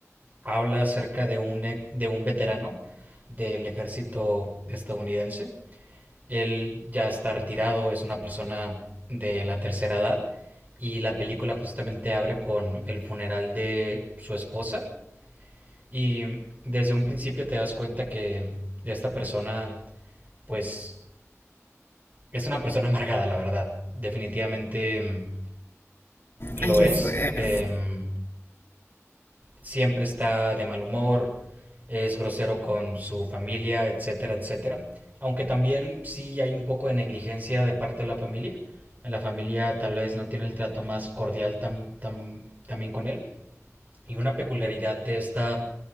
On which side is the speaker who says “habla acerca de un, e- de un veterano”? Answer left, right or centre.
Right